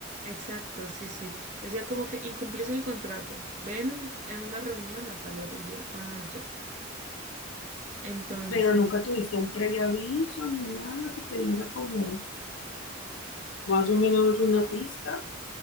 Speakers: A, on the right (about 40°); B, on the left (about 70°).
A: Exacto, sí, sí. Decía como que incumplís el contrato. Ven en una reunión a tal hora y yo, ah, ya. Entonces,
B: Pero nunca tuviste un previo aviso ni nada que te diera como más o menos una pista.